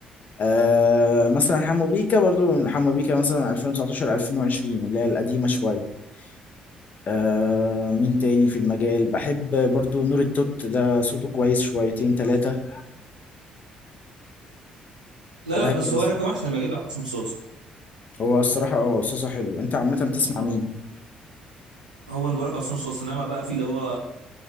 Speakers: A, on the left; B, on the right.
A: آه مثلا حمو بيكا برضو حمو بيكا مثلا 2019 2020 اللي هي القديمة شوية آه مين تاني في المجال بحب برضو نور التوت ده صوته كويس شويتين تلاتة
B: لا
A: وهكذا
B: لا بس هو رقم واحد في المجال ده عصام صوصه
A: هو الصراحة اه صوته حلو انت عامة بتسمع
B: آه.
A: مين
B: هو انا بقول لك عصام صوصه انما بقى في اللي هو